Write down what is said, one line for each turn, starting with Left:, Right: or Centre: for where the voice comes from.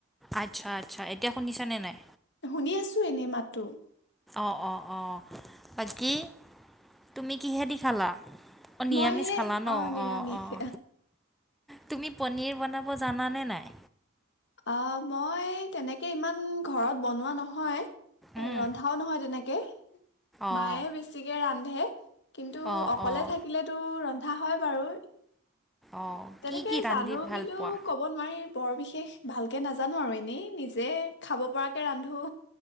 Centre: আচ্ছা আচ্ছা এতিয়া শুনিছা নে নাই
Left: শুনি আছোঁ এনেই মাতো
Centre: অ অ অ বাকী তুমি কিহে দি খালা অঁ নিৰামিষ
Left: মইহে
Centre: খালা ন
Left: অ নিৰামিষ
Centre: অঁ অঁ তুমি পনীৰ বনাব জানানে নাই
Left: অ মই তেনেকে ইমান ঘৰত বনোৱা নহয়
Centre: উম,
Left: এ ৰন্ধাও নহয় তেনেকে কে
Centre: অঁ
Left: মায়ে বেছিকে ৰান্ধ ন্ধে কিন্তু
Centre: অঁ
Left: অকলে
Centre: অঁ
Left: থাকিলেতো ৰন্ধা হয় বাৰু
Centre: অঁ
Left: তেনেকে
Centre: কি কি ৰান্ধি
Left: জানো
Centre: ভাল
Left: বুলিও
Centre: পোৱা
Left: কব নোৱাৰিম বৰ বিশেষ ভালকে নাজানো আৰু এনেই নিজে খাব পৰাকে ৰান্ধো